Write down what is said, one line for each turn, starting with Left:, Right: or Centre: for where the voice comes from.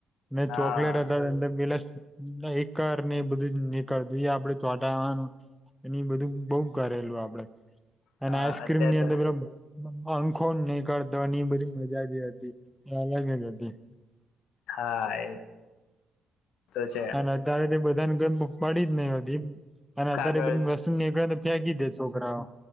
Centre: મે
Left: હા
Centre: ચોકલેટ હતા એ પેલા એકર ને બધું જ નીકળું આપડે ચોંટાવાનું એ બધું બઉ કરેલું આપડે. અને
Left: હા
Centre: આઈસ્ક્રીમ
Left: અત્યારે
Centre: ની
Left: તો
Centre: અંદર પે આંખો નહકળતાની બધી મજા જ હતી અલગ જ હતી.
Left: હા એ. તો છે
Centre: અને અત્યારે તે બધાને ગ પડદ નેવ દીપ અને અત્યારે
Left: કાગળ
Centre: બધી વસ્તુ નીકળે ને ફેંકી દે છોકરાઓ.